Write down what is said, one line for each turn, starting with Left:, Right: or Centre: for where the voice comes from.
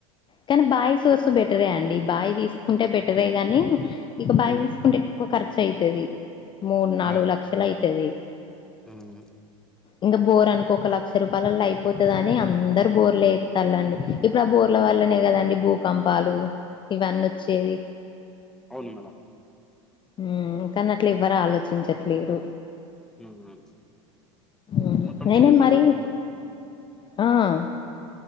Left: కానీ బాయి సోర్స్ బెటరే అండి బాయి తీసుకుంటే బెటరే గాని ఇక బాయి
Centre: ఉమ్,
Left: తీసుకుంటే ఎక్కువ ఖర్చు అయితది మూడు నాలుగు
Centre: ఆ,
Left: లక్షలు అయితది
Centre: ఉమ్.
Left: ఇంకా బోర్ అనుకో ఒక లక్ష రూపాయలలో అయిపోతది అని అందరు బోర్లు ఎత్తుల్లు అండి ఇప్పుడు ఆ బోర్ బోర్ల వల్లనే కదండి భూకంపాలు ఇవన్నీ వచ్చేది
Centre: అవును మేడమ్
Left: ఉమ్ కాని అట్లా ఎవ్వరు ఆలోచించట్లేరు
Centre: ఉహూ
Left: ఉమ్
Centre: మొత్తం
Left: అయినా
Centre: డైలీ ఫామ్
Left: మరి
Centre: అయిపోయిండు
Left: ఆ